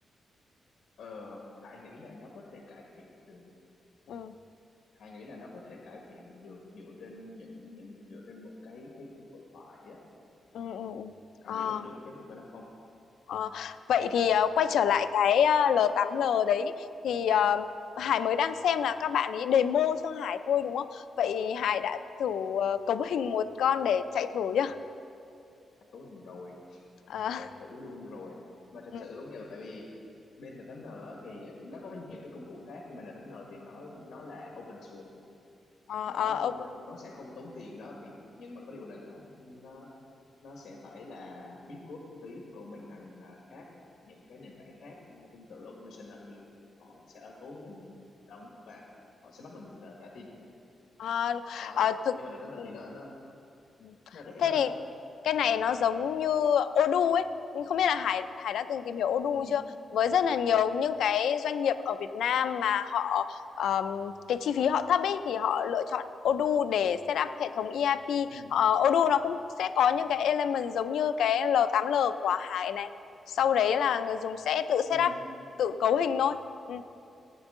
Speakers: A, on the left; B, on the left.
A: ờ Hải nghĩ là nó có thể cải thiện được
B: Ừ,
A: Hà nghĩ là nó có thể cải thiện được dựa trên những, những dựa trên một cái cái cuộc hội thoại á
B: ừ, ừ. ừ.
A: Hà
B: Ờ,
A: nghĩ là được chứ không phải là không
B: ờ. Vậy thì ờ, quay trở lại cái ờ, L8L đấy thì ờ, Hải mới đang xem là các bạn ý demo cho Hải thôi đúng không? Vậy Hải đã thử ờ, cấu hình một con để chạy thử nhá.
A: Hà cấu hình rồi
B: Ờ,
A: chạy thử luôn rồi mà thật
B: ừ.
A: sự luôn nha tại vì bên N8N á, thì nó có nhiều cái công cụ khác nhưng mà N8N thì nó nó là open source
B: Ờ,
A: nó
B: ờ, ok.
A: nó sẽ không tốn tiền đó thì nhưng mà có điều là nó nó nó sẽ phải là biết code một tí còn mấy thằng à, khác những cái nền tảng khác à, tương tự automation đó thì họ sẽ ở cấu hình đóng và họ sẽ bắt mình à, trả tiền
B: À,
A: đó
B: à, thực
A: nhưng mà đợt này
B: ừ,
A: thì nó nó
B: ừ.
A: nó rẻ
B: thế
A: hơn
B: thì cái này nó giống như Odoo ấy nhưng không biết là Hải Hải đã từng tìm hiểu Odoo
A: ừ
B: chưa với rất là nhiều những cái doanh nghiệp ở Việt Nam mà họ ờm, cái chi phí họ thấp ấy thì họ lựa chọn Odoo để set up hệ thống ERP
A: ừ
B: Ờ, Odoo nó cũng sẽ có những cái element giống như cái L8L của Hải này sau đấy là người dùng sẽ tự
A: ừ
B: set up tự cấu hình thôi ừ,